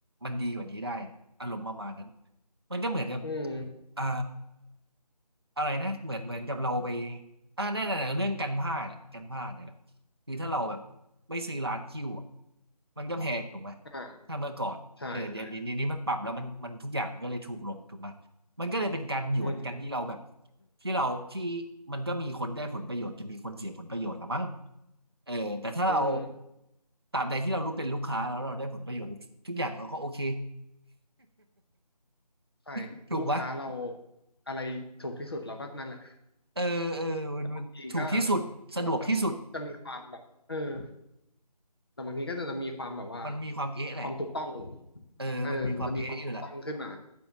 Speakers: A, on the right; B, on the left.
A: มันดีกว่านี้ได้อารมณ์ประมาณนั้นมันก็เหมือนกับ
B: อืม
A: เอ่ออะไรนะเหมือนเหมือนกับเราไปอ่าแน่นอเรื่องกันผ้าดแหละกันผ้าดเนี่ยแหละคือถ้าเราแบบไม่ซื้อร้านคิวอะมันก็แพงถูกไหม
B: อ่า
A: ถ้าเมื่อก่อนเออเดี๋ยวเดี๋ยวนี้นี้มันปรับแล้วมันมันทุกอย่างมันก็เลยถูกลงถูกไหม
B: ใช่ใช่
A: มันก็เลยเป็นการหยวนกันที่เราแบบ
B: อืม
A: ที่เราที่มันก็มีคนได้ผลประโยชน์จะมีคนเสียผลประโยชน์ละมั้ง เออแต่ถ้าเรา
B: อืม
A: ตรามใดที่เรารู้เป็นลูกค้าแล้วเราได้ผลประโยชน์ทุกอย่างเราก็โอเค
B: ใช่ลูกค้าเรา
A: <laughs> ถูกปะ
B: อะไรถูกที่สุดเราก็นั่นแหละ
A: เออเออมันมันถูกที่สุดสะดวกที่สุด
B: แต่บางทีก็ก็จะจะมีความแบบเออแต่บางทีก็จะจะมีความแบบว่า
A: มันมีความเอ๊ะแหละ
B: ความถูกต้อง
A: เออมันมีความเอ๊ะอยู่แหละ
B: เออมันจะมีความถูกต้องขึ้นมา